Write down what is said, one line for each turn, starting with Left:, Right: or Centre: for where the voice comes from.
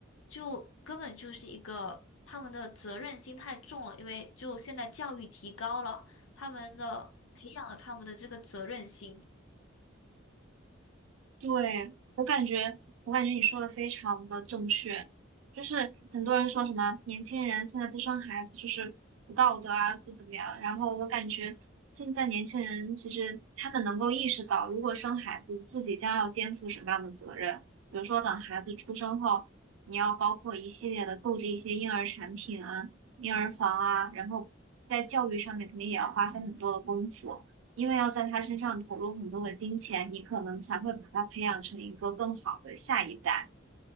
Left: 就根本就是一个他们的责任心太重了，因为就现在教育提高了，他们的培养了他们的这个责任心。
Right: 对，我感觉，我感觉你说的非常的正确，就是很多人说什么年轻人现在不生孩子就是不道德啊，不怎么样。然后我感觉现在年轻人其实他们能够意识到，如果生孩子，自己将要肩负什么样的责任，比如说等孩子出生后，你要包括一系列的购置一些婴儿产品啊、婴儿房啊，然后在教育上面肯定也要花费很多的功夫。因为要在他身上投入很多的金钱，你可能才会把他培养成一个更好的下一代。